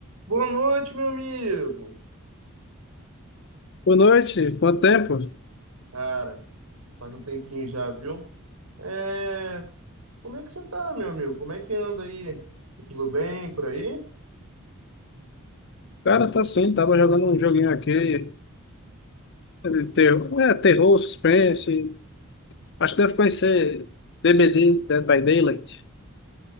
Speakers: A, on the right; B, on the left.
A: Boa noite, meu amigo.
B: Boa noite, quanto tempo?
A: Cara, faz um tempinho já, viu? É... Como é que você tá, meu amigo? Como é que anda aí? Tá Tudo bem por aí?
B: Cara, tá sim, tava jogando um joguinho aqui, de terror, é, terror, suspense, acho que deve conhecer DBD, Dead by Daylight.